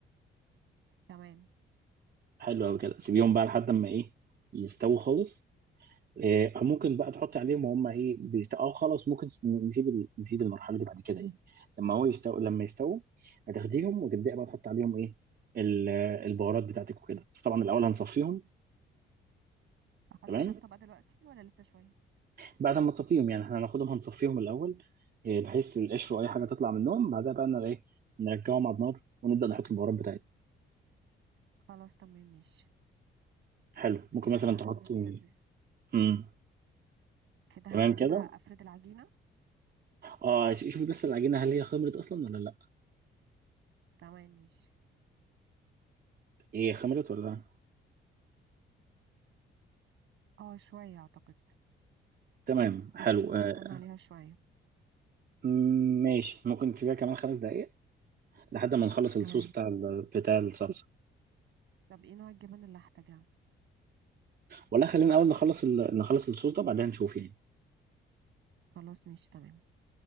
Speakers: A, on the right (about 75°); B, on the right (about 50°).
A: تمام
B: حلو أوي كده سيبيهم بقى لحد ما إيه يستووا خالص إيه ممكن بقى تحطي عليهم وهم إيه بيستووا أو خلاص ممكن س- نسيب ال- نسيب المرحلة دي بعد كده إيه لما هو يستوي لما يستووا هتاخديهم وتبدأي بقى تحطي عليهم إيه ال- البهارات بتاعتك وكده بس طبعا الأول هنصفيهم
A: احط
B: تمام
A: شطة بقى دلوقتي ولا لسه شوية
B: بعد ما تصفيهم يعني إحنا هناخدهم هنصفيهم الأول إيه بحيث القشر وأي حاجة تطلع منهم بعدها بقى إيه نرجعهم على النار ونبدأ نحط البهارات بتاعتنا
A: خلاص تمام ماشي
B: حلو ممكن
A: كده
B: مثلا
A: بقى
B: تحطي
A: نبتدي
B: امم
A: كده
B: تمام
A: هبتدي
B: كده
A: بقى افرد العجينة
B: اه ش- شوفي بس العجينه هل هي خمرت اصلا ولا لا
A: تمام ماشي
B: هي خمرت ولا لا
A: اه شوية اعتقد
B: تمام حلو
A: ممكن
B: آه.
A: استنى عليها شوية
B: مم، ماشي ممكن تسيبيها كمان خمس دقائق لحد ما نخلص الصوص
A: تمام
B: بتاع ال... بتاع الصلصه
A: طب ايه نوع الجبن اللي هحتاجها
B: ولا خلينا اول نخلص ال... نخلص الصوص ده بعدين نشوف يعني
A: خلاص مش تمام